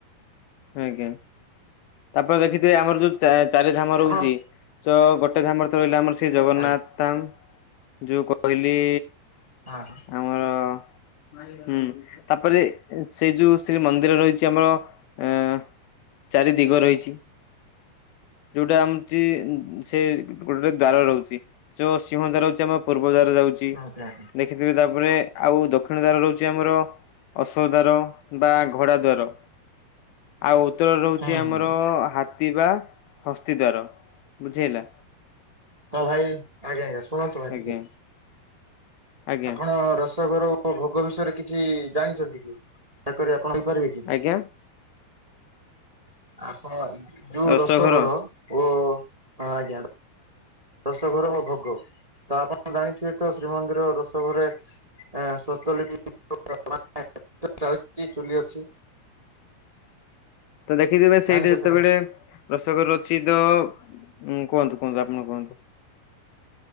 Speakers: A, on the left; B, on the right.
A: ଆ୍ଞା ତାପରେ ଦେଖିଥିବେ ଆମର ଯୋଉ ଚାରି ଧାମ ରହୁଛି
B: ଆପଣ
A: ତ ଗୋ ଗୋଟେ ଧାମରେ ରହିଲା ଆମର ଶ୍ରୀ ଜଗନ୍ନାଥ
B: ଆଜ୍ଞା
A: ଧାମ ଯୋଉ କହିଲି
B: ହଁ।
A: ଆମର ହୁଁ ତାପରେ ସେଇ ଯୋଉ ଶ୍ରୀ ମନ୍ଦିର ରହିଚି ଆମର। ଅଂ ଏଁ ଚାରି ଦିଗ ରହିଛି। ଯୋଉଟା ଆମଛି ସେ ଗୋଟେ ଦ୍ଵାର ରହୁଚି ଯୋଉ ସିଂହ ଦ୍ଵାର ହଉଚି ଆମ ପୁର ବଜାର ଯାଉଛି
B: ଆଜ୍ଞା ଆଜ୍ଞା
A: ଦେଖିଥିବେ ତାପରେ ଆଉ ଦକ୍ଷିଣ ଦ୍ଵାର ରହୁଛି ଆମର ଅଶୋକ ଦ୍ଵାର ବା ଘୋଡା ଦ୍ୱାର ଆଉ ଉତ୍ତର ରହୁଛି
B: ହୁଁ
A: ଆମର
B: ହୁଁ
A: ହାତୀ ବା ହସ୍ତି ଦ୍ଵାର। ବୁଝିହେଲା।
B: ହଁ ଭାଇ ଆଜ୍ଞା ଆଜ୍ଞା ଶୁଣନ୍ତୁ ଭାଇ
A: ଆଜ୍ଞା
B: ଟିକେ।
A: ଆଜ୍ଞା
B: ଆପଣ ରୋସଘର ଓ ଭୋଗ ବିଷୟରେ କିଛି ଜାଣିଛନ୍ତି କି ଠାକୁର। ଆପଣ ରହି ପାରିବେ କି
A: ଆଜ୍ଞା
B: ଆପଣ। ଯୋଉ
A: ରସଘର
B: ରୋସଘର ଓ ଆଜ୍ଞା। ରୋସଘର ଓ ଭୋଗ ତ ଆପଣ ଜାଣିଥିବେ। ଶ୍ରୀମନ୍ଦିର ରୋସ ଘରେ ଏ ଶ୍ରୋତଲିପି ଓ ଚାଉଳ ଅଛି ଚୁଲି ଅଛି।
A: ତ ଦେଖିଥିବେ ସେଇଠେ
B: ଜାଣିଛନ୍ତି
A: ଯେତେବେଳେ
B: ନା ନାଇଁ?
A: ରୋସଘର ଅଛି ତ ଉଁ କୁହନ୍ତୁ କୁହନ୍ତୁ ଆପଣ କୁହନ୍ତୁ।